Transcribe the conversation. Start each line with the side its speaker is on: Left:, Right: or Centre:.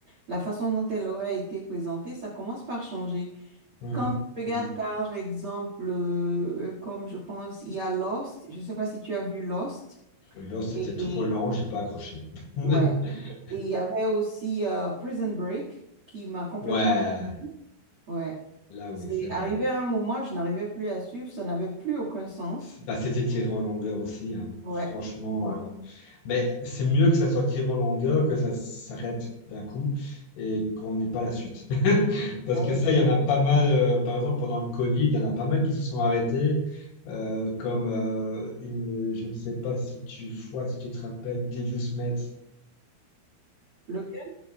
Right: la façon dont elle aurait été présentée, ça commence par changer.
Left: Mhm.
Right: Quand tu regardes par exemple, euh, euh, comme je pense, il y a Lost, je ne sais pas si tu as vu Lost,
Left: Là, c'était
Right: et,
Left: trop lent,
Right: et-
Left: j'ai pas accroché. <laughs>
Right: ouais, et il y avait aussi euh, Prison Break qui m'a complètement...
Left: Ouais,
Right: Ouais,
Left: là oui,
Right: c'est
Left: c'est vrai.
Right: arrivé à un moment, je n'arrivais plus à suivre, ça n'avait plus aucun sens.
Left: Bah, c'était tiré en longueur aussi, hein.
Right: Ouais,
Left: Franchement,
Right: ouais,
Left: euh, mais c'est mieux que ça soit tiré en longueur, que ça s'arrête d'un coup et qu'on n'ait pas la suite. <laughs> Parce
Right: ah
Left: que
Right: ouais,
Left: ça,
Right: c'est-
Left: il y en
Right: il
Left: a
Right: y
Left: pas
Right: a ça
Left: mal,
Right: aussi.
Left: euh, par exemple, pendant le Covid, il y en a pas mal qui se sont arrêtés, euh, comme, euh, une- je ne sais pas si tu vois, si tu te rappelles, Devious Met
Right: Lequel?